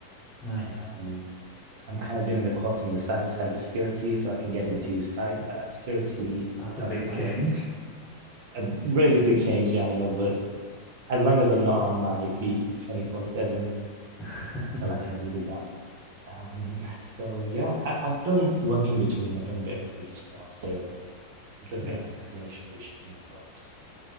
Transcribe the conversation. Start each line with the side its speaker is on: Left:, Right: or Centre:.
Left: Nice.
Right: And I'm kind of doing a course on the side, cybersecurity, so I can get into cyber uh, security,
Left: That's
Right: project
Left: a big
Right: management.
Left: change.
Right: A really big change, yeah, I know, but as long as I'm not on my feet 24/7, I
Left: <laughs>
Right: feel like I needed that. Um, so yeah, I, I've done work in between. I've done a bit of retail sales, I've done a bit
Left: Nice.
Right: of administration, but